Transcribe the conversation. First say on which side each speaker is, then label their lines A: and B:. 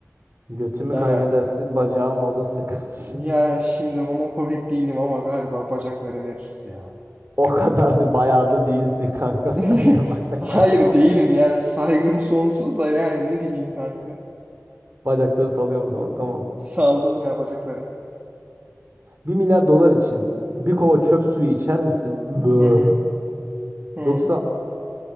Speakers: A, on the right; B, on the right.
A: Götümü
B: Ya,
A: kaybedersin bacağım o da sıkıntı. şimdi.
B: ya
A: <laughs>
B: şimdi homofobik değilim ama galiba bacakları veririz ya.
A: O kadar da bayağı da değilsin kanka. <laughs> Sen
B: <laughs>
A: de bacakları
B: Hayır
A: sal.
B: değilim yani saygım sonsuz da yani ne bileyim kanka.
A: Bacakları sallıyorsun o zaman tamam.
B: Saldım ya bacakları.
A: bir milyar dolar için bir kova çöp suyu içer misin? Bö.
B: Hı hı. Hı.
A: Yoksa